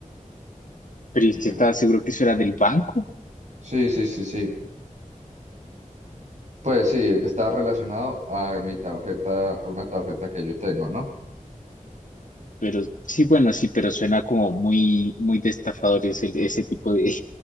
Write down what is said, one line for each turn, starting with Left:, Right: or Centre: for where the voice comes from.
Left: Pero yo
Right: Y yo,
Left: estaba seguro que eso era del banco.
Right: sí, sí, sí, sí. Pues sí, está relacionado a mi tarjeta, a una tarjeta que yo tengo, ¿no?
Left: Pero sí, bueno, sí, pero suena como muy, muy de estafadores el- ese tipo de,